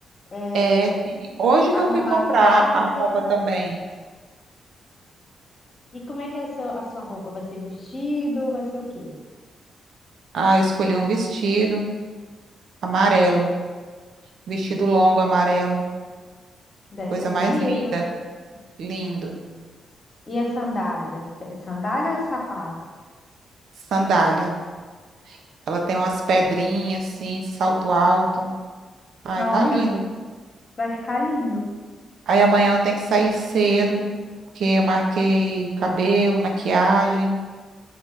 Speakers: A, on the left; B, on the right.
A: é,
B: É, sim. hoje
A: arrumar
B: que eu fui comprar
A: a casa.
B: a roupa também.
A: E como é que é o seu, a sua roupa? Vai ser vestido? Vai ser o quê?
B: Ah, eu escolhi um vestido amarelo, vestido longo amarelo,
A: Deve
B: coisa
A: ser bonito.
B: mais linda. Lindo.
A: E a sandália? É sandália ou é sapato?
B: Sandália. Ela tem umas pedrinhas assim, salto alto. Ai,
A: Nossa,
B: tá lindo.
A: Vai ficar lindo.
B: Aí amanhã eu tenho que sair cedo, porque eu marquei cabelo, maquiagem.